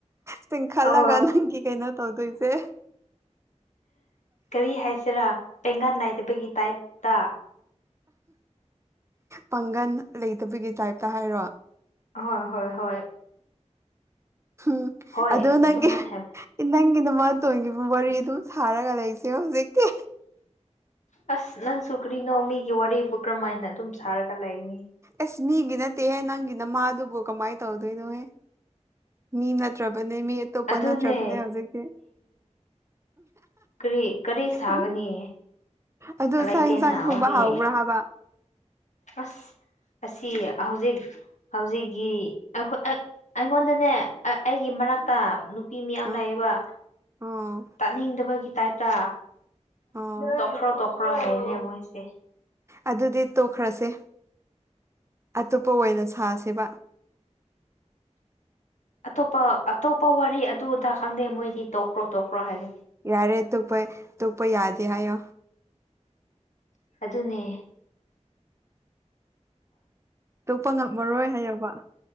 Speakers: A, on the right (about 25°); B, on the left (about 80°).
A: ꯆꯤꯡꯈꯜꯂꯒ
B: ꯑꯣ
A: ꯅꯪꯒꯤ ꯀꯩꯅꯣ ꯇꯧꯗꯣꯏꯁꯦ
B: ꯀꯔꯤ ꯍꯥꯏꯁꯤꯔꯥ ꯄꯦꯡꯒꯟ ꯅꯥꯏꯗꯕꯒꯤ ꯇꯥꯏꯞꯇ
A: ꯄꯥꯡꯒꯜ ꯂꯩꯇꯕꯒꯤ ꯇꯥꯏꯞꯇ ꯍꯥꯏꯔꯣ
B: ꯍꯣꯏ ꯍꯣꯏ ꯍꯣꯏ
A: ꯎꯝ
B: ꯍꯣꯏ
A: ꯑꯗꯨꯗ ꯅꯪꯒꯤ
B: ꯑꯗꯨꯃꯥꯏꯅ ꯍꯥꯏꯕ
A: ꯅꯪꯒꯤ ꯅꯃꯇꯣꯟꯒꯤꯕꯨ ꯋꯥꯔꯤ ꯑꯗꯨꯝ ꯁꯥꯔꯒ ꯂꯩꯁꯦ ꯍꯧꯖꯤꯛꯇꯤ
B: ꯑꯁ ꯅꯪꯁꯨ ꯀꯔꯤꯅꯣ ꯃꯤꯒꯤ ꯋꯥꯔꯤꯕꯨ ꯀꯔꯝꯍꯥꯏꯅ ꯑꯗꯨꯝ ꯁꯥꯔꯒ ꯂꯩꯅꯤ
A: ꯑꯁ ꯃꯤꯒꯤ ꯅꯠꯇꯦꯍꯦ ꯅꯪꯒꯤꯅ ꯃꯥꯗꯨꯕꯨ ꯀꯃꯥꯏꯅ ꯇꯧꯗꯣꯏꯅꯣꯍꯦ ꯃꯤ ꯅꯠꯇ꯭ꯔꯕꯅꯦ ꯃꯤ ꯑꯇꯣꯞꯄ
B: ꯑꯗꯨꯅꯦ
A: ꯅꯠꯇ꯭ꯔꯕꯅꯦ ꯍꯧꯖꯤꯛꯇꯤ
B: ꯀ꯭ꯔꯤ ꯀꯔꯤ ꯁꯥꯒꯅꯤ
A: ꯎꯝ ꯑꯗꯣ
B: ꯂꯩꯇꯦꯅ
A: ꯆꯥꯛ ꯌꯦꯟꯁꯥꯡ ꯊꯣꯡꯕ
B: ꯋꯥꯔꯤ
A: ꯍꯥꯎꯕ꯭ꯔꯥ ꯍꯥꯏꯕ
B: ꯑꯁ ꯑꯁꯤ ꯍꯧꯖꯤꯛ ꯍꯧꯖꯤꯛꯒꯤ ꯑꯩꯈ ꯑꯩ ꯑꯩꯉꯣꯟꯗꯅꯦ ꯑꯩꯒꯤ ꯃꯔꯛꯇ ꯅꯨ ꯄꯤ ꯃꯤ ꯌꯥꯝ
A: ꯑꯥ
B: ꯂꯩꯌꯦꯕ
A: ꯑꯣ
B: ꯇꯥꯅꯤꯡꯗꯕꯒꯤ ꯇꯥꯏꯞꯇ
A: ꯑꯣ
B: ꯇꯣꯛꯈ꯭ꯔꯣ ꯇꯣꯛꯈ꯭ꯔꯣ ꯍꯥꯢꯕꯅꯦ ꯃꯣꯏꯁꯦ
A: ꯑꯗꯨꯗꯤ ꯇꯣꯛꯈ꯭ꯔꯁꯦ ꯑꯇꯣꯞꯄ ꯑꯣꯏꯅ ꯁꯥꯁꯦꯕ
B: ꯑꯇꯣꯞꯄ ꯑꯇꯣꯞꯄ ꯋꯥꯔꯤ ꯑꯗꯨ ꯑꯗꯥ ꯈꯪꯗꯦ ꯃꯣꯏꯗꯤ ꯇꯣꯛꯈ꯭ꯔꯣ ꯇꯣꯛꯈ꯭ꯔꯣ ꯍꯥꯏꯒꯅꯤ
A: ꯌꯥꯔꯦ ꯇꯣꯛꯄꯩ ꯇꯨꯄꯩ ꯌꯥꯗꯦ ꯍꯥꯏꯌꯣ
B: ꯑꯗꯨꯅꯦ
A: ꯇꯣꯛꯄ ꯉꯝꯃꯔꯣꯏ ꯍꯥꯏꯌꯣꯕ